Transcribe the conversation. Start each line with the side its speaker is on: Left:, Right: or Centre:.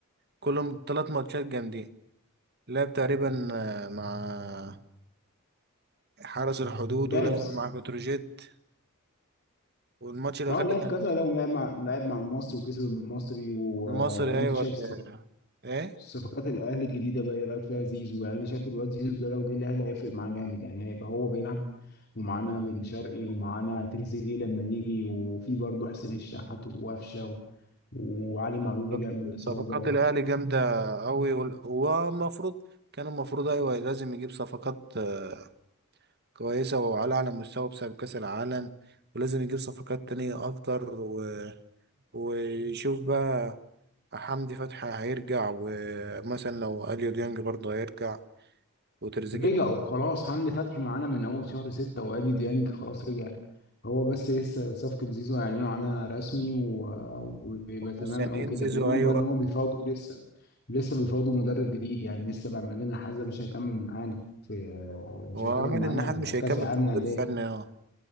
Right: كلهم تلات ماتشات جامدين لعب تقريبا آه، مع حرس الحدود
Left: لعب
Right: ولعب
Left: س-
Right: مع بتروجيت والماتش الأخير
Left: اه لعب
Right: ده كان
Left: كذا لو لعب مع لعب مع المصري وكسب المصري و...
Right: المصري
Left: وانت
Right: أيوة
Left: شايف
Right: ولا إيه؟
Left: صفقات الاهلي الجديده بقى ايه رايك فيها زيزو يعني انا شايف الواد زيزو ده لو جه الاهلي هيفرق معاه جامد يعني هيبقى هو بيلعب ومعانا بن شرقي ومعانا تريزيجيه لما يجي وفي برضه حسين الشحات وقفشه و- وعلي معلول
Right: طب
Left: رجع من الاصابه
Right: صفقات الأهلي جامدة أوي وال- هو المفروض كان المفروض أيوة لازم يجيب صفقات آه، كويسة وعلى أعلى مستوى بسبب كأس العالم ولازم يجيب صفقات تانية أكتر و... ويشوف بقى حمدي فتحي هيرجع ومثلا لو أليو ديانج برضه هيرجع وتريزيجيه
Left: رجع وخلاص هاني فتحي معانا من اول شهر ستة وادي ديانج خلاص رجع هو بس لسه صفقة زيزو هيعلنوا عنها رسمي و- ويبقى تمام
Right: مستنيين
Left: او كده
Right: زيزو
Left: بيقولوا
Right: أيوة
Left: بقى ان هو بيفاوضوا لسه لسه بيفاوضوا مدرب جديد يعني لسه بقى بعدين لحد مش هيكمل معانا في آه، مش
Right: هو
Left: هيكمل
Right: عماد
Left: معانا
Right: النحات مش
Left: كاس
Right: هيكمل
Left: العالم
Right: كمدير
Left: للانديه
Right: فني اه